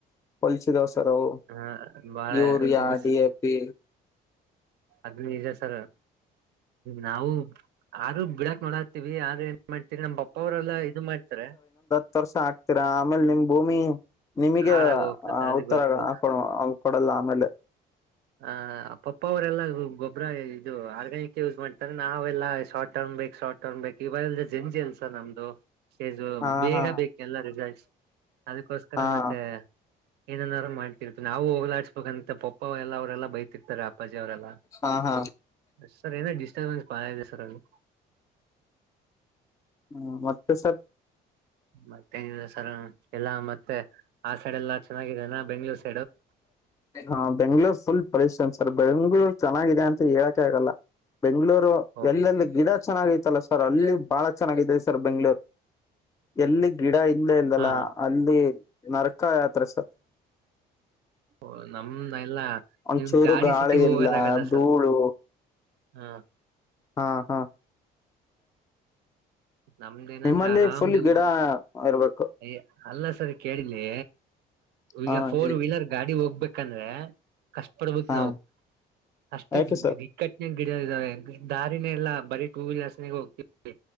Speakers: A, on the left; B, on the right.
A: ಹೊಲಸ ಇದ್ದವ ಸರ್ ಅವು.
B: ಹಾ ಬಾಳ
A: ಯೂರಿ
B: ಅವಸ್
A: ಡಿ ಎ ಪಿ
B: ಅದು ನಿಜ ಸರ್. ನಾವು ಆರುೂ ಬಿಡಾಕ್ ನೋಡಾತಿವಿ ಆದ್ರ ಏನ್ ಮಾಡ್ತೀರಿ ನಮ್ಮ್ ಅಪ್ಪ ಅವ್ರಲ್ಲಾ ಇದು ಮಾಡ್ತಾರ.
A: ಹತ್ತ ವರ್ಷ್ ಹಾಕ್ತೀರಾ ಆಮೇಲೆ ನಿಮ್ ಭೂಮಿ ನಿಮಗೆ
B: ಹಾಳಾಗ ಹೋಗ್ತತೆ ಅದ
A: ಉತ್ತರ
B: ಗೊತ್ತು
A: ಹಾ ಕೊಡ ಕೊಡಲ್ಲ ಆಮೇಲೆ.
B: ಆ ಅ ಪಪ್ಪ ಅವರೆಲ್ಲ ಗೊಬ್ಬರ ಇದು ಆರ್ಗ್ಯಾನಿಕ್ ಯೂಸ್ ಮಾಡ್ತಾರೆ ನಾವೆಲ್ಲಾ ಶಾರ್ಟ್ ಟರ್ಮ್ ಬೇಕ ಶಾರ್ಟ್ ಬೇಕ್ ಇವಾಗೆಲ್ಲ ಜನಜಿ ಅಲ್ಲ ಸರ್ ನಮ್ದು ಫೇಸ್
A: ಹಾ
B: ಬೇಗ
A: ಹಾ
B: ಬೇಕ ಎಲ್ಲ ರಿಸಲ್ಟ್ಸ್ ಅದಕ್ಕೋಸ್ಕರ
A: ಹಾ
B: ಮತ್ತೆ ಏನನಾದಾರು ಮಾಡ್ತಿರ್ವಿ ನಾವು ಹೋಗ್ಲಾಡ್ಸ್ಬೇಕಂತ ಪಪ್ಪ ಎಲ್ಲ ಅವರೆಲ್ಲಾ ಬೈತಿರ್ತಾರೆ ಅ ಪ್ಪಾಜಿ ಅವರೆಲ್ಲ
A: ಹಾ ಹಾ
B: ಸರ್ ಏನೋ ಡಿಸ್ಟರ್ಬನ್ಸ್ ಬಾಳ ಇದೆ ಸರ್ ಅಲ್ಲಿ.
A: ಹ್ಮ ಮತ್ತೆ ಸರ್.
B: ಮತ್ತೇನ ಇಲ್ಲ ಸರ್ ಎಲ್ಲಾ ಮತ್ತೆ ಆ ಸೈಡ್ ಎಲ್ಲಾ ಚೆನ್ನಾಗಿದೆ ಬೆಂಗಳೂರ್ ಸೈಡ್.
A: ಹಾ ಬೆಂಗಳೂರ ಫುಲ್ ಪರೇಷನ್ ಸರ್ ಬೆಂಗಳೂರ ಚೆನ್ನಾಗಿದೆ ಅಂತ ಹೇಳಕ ಆಗಲ್ಲ ಬೆಂಗಳೂರು
B: ಓಹೋ
A: ಎಲ್ಲಲ್ಲ ಗಿಡ ಚೆನ್ನಾಗೈತಲ್ಲ ಸರ್ ಅಲ್ಲಿ ಬಾಳ ಚೆನ್ನಾಗ ಸರ್ ಬೆಂಗಳೂರ್ ಎಲ್ಲಿ ಗಿಡ ಇಲ್ಲೇ ಇಲ್ಲಲ್ಲ
B: ಹಾ
A: ಅಲ್ಲಿ ನರಕಯತ್ರ ಸರ್.
B: ಓ ನಮ ಎಲ್ಲಾ
A: ಒಂಚೂರು
B: ನೀವ್ ಗಾಡಿ
A: ಗಾಳಿ
B: ಸತಿ ಹೋಗೋದಾಗಲ್ಲ
A: ಇಲ್ಲ ಧೂಳು
B: ಸರ್. ಹ್ಮ
A: ಹಾ ಹಾ
B: ನಮ್ದು ಏನಂದ್ರೆ
A: ನಿಮ್ಮಲ್ಲಿ
B: ಆರಾಮ್ಲಿ
A: ಫುಲ್ ಗಿಡ
B: ಓದ್
A: ಇರ್ಬೇಕು
B: ಯೆ ಅಲ್ಲ ಸರಿ ಕೇಳ ಇಲ್ಲಿ ಈಗ
A: ಹಾ
B: ಪೋರ್
A: ಹೇಳಿ
B: ವೀಲರ್ ಗಾಡಿ ಹೋಗ್ಬೇಕ್ ಕಂದ್ರೆ ಕಷ್ಟ ಪಡ್ಬೇಕ್
A: ಹಾ
B: ನಾವು ಅಷ್ಟ್
A: ಯಾಕೆ ಸರ್
B: ಕಟ್ಟನಾಗ್ ಗಿಡ ಇದಾವೆ ದಾರಿನೆ ಇಲ್ಲಾ ಬರೀ ಟೂ ವೀಲರ್ಸ್ ಹೋಗ್ತವಿ